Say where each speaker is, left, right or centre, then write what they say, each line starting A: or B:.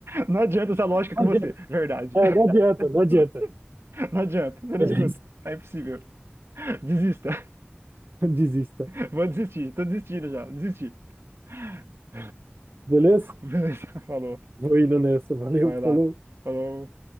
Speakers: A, on the right; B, on the right.
A: não adianta essa lógica com
B: Não adianta,
A: você, verdade.
B: é, não adianta, não adianta.
A: <laughs> Não adianta, eu não
B: Beleza.
A: escuto. É impossível. Desista.
B: <laughs> Desista.
A: <laughs> Vou desistir, tô desistindo já, desisti. <laughs>
B: Beleza?
A: Beleza, falou.
B: Vou indo nessa. Valeu,
A: Vai lá.
B: falou.
A: Falou.